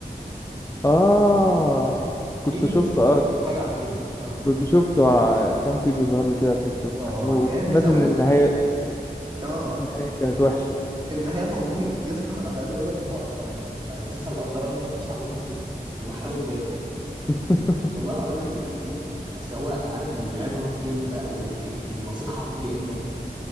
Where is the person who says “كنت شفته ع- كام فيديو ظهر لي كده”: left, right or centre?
Left